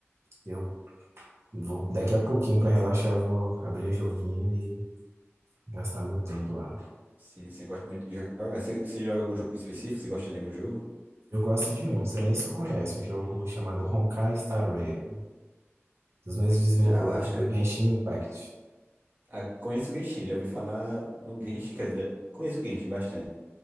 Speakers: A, on the right; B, on the right.
A: eu vou daqui a pouquinho pra relaxar, eu vou abrir um joguinho e gastar meu tempo lá.
B: Sim, você gosta muito de jogar. Você, você joga algum jogo específico? Você gosta de algum jogo?
A: Eu gosto de um, não sei nem se tu conhece, um jogo chamado Honkai Star Rail, dos mesmos desenvolvedores
B: Já eu acho
A: de
B: que eu
A: Genshin Impact.
B: ah, conheço o Genshin, já ouvi falar no Genshin, quer dizer, já conheço o Genshin bastante.